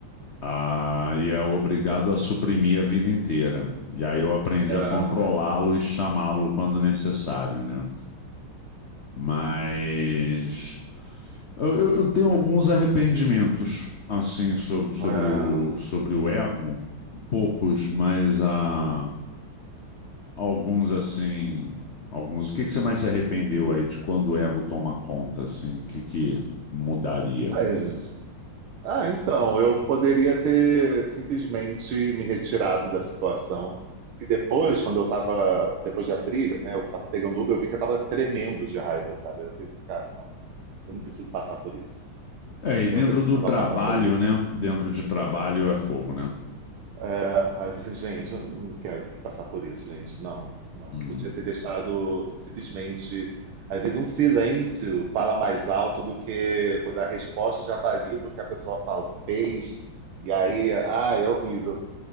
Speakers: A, on the left; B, on the right.
A: ah, e é obrigado a suprimir a vida inteira. E aí eu aprendi
B: não,
A: a controlá-lo e chamá-lo quando necessário, né? Mas eu, eu- eu tenho alguns arrependimentos, assim, sobre, sobre
B: não.
A: o, sobre o ego, poucos, mas a Alguns assim, alguns. O que que você mais se arrependeu aí de quando o ego toma conta, assim? O que que mudaria?
B: Mas, ah, então, eu poderia ter simplesmente me retirado da situação. E depois, quando eu tava, depois da briga, né, eu tava pegando Uber, eu vi que eu tava tremendo de raiva, sabe? Eu pensei, cara, não, eu não preciso passar por isso.
A: É, e
B: Eu
A: dentro
B: não precisava
A: do trabalho,
B: passar por isso.
A: né? Dentro de trabalho é fogo, né?
B: É, aí eu falei assim, gente, eu não quero ter que passar por isso, gente. Não, não.
A: Hum.
B: Eu podia ter deixado simplesmente. Às vezes um silêncio fala mais alto do que, pois a resposta já valia do que a pessoa fala, fez. E aí, ah, é horrível.